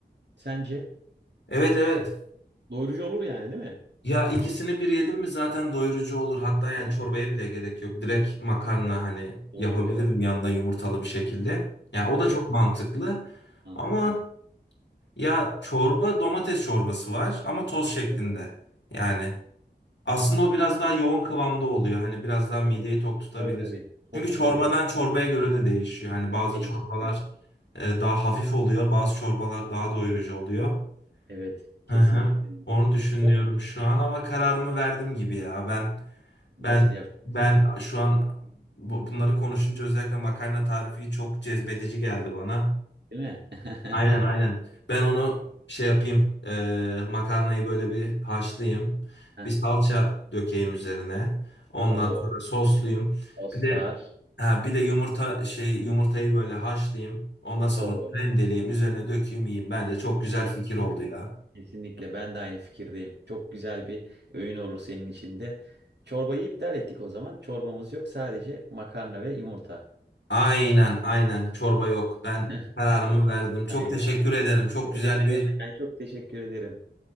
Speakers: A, on the right (about 75°); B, on the left (about 85°).
A: Sence?
B: Evet evet.
A: Doyurucu olur yani değil mi?
B: Ya ikisini bir yedim mi zaten doyurucu olur. Hatta yani
A: Doyurucu
B: çorbaya
A: olur.
B: bile gerek yok. Direkt makarna
A: Evet.
B: hani yapabilirim
A: Doğru doğru.
B: yanında yumurtalı bir şekilde. Yani o
A: Evet.
B: da çok mantıklı.
A: Mantıklı.
B: Ama ya çorba domates çorbası var ama toz şeklinde.
A: Evet.
B: Yani. Aslında o biraz daha yoğun kıvamda oluyor. Hani biraz daha mideyi
A: evet.
B: tok tutabilir.
A: Tabii tabii. Tok
B: Çünkü
A: tutabilir.
B: çorbadan çorbaya göre de değişiyor. Hani bazı
A: Değişiyor.
B: çorbalar e, daha hafif oluyor, bazı çorbalar daha doyurucu oluyor.
A: Evet. Kesinlikle.
B: Hı hı. Onu düşünüyorum
A: Sıra
B: şu an ama kararımı verdim gibi ya. Ben
A: nasıl
B: ben
A: yapacaksın?
B: ben şu an bu- bunları konuşunca özellikle makarna tarifi çok cezbedici geldi bana.
A: Değil mi? <laughs>
B: Aynen aynen. Ben onu şey yapayım. e, makarnayı böyle bir haşlayayım.
A: Heh,
B: Bir salça dökeyim üzerine. Ondan
A: O
B: sonra soslayayım.
A: oslar.
B: Bir de ha, bir de yumurta şey yumurtayı böyle haşlayayım. Ondan sonra
A: O.
B: onu rendeleyeyim, üzerine dökeyim, yiyeyim. Bence çok güzel
A: Evet.
B: fikir oldu ya.
A: Kesinlikle. Ben de aynı fikirdeyim. Çok güzel bir öğün olur senin için de. Çorbayı iptal ettik o zaman. Çorbamız yok. Sadece makarna ve yumurta.
B: Aynen aynen. Çorba yok. Ben
A: <laughs>
B: kararımı verdim. Çok
A: Aynen.
B: teşekkür
A: Tamam.
B: ederim. Çok
A: Ne
B: güzel
A: demek demek.
B: bir
A: Ben çok teşekkür ederim.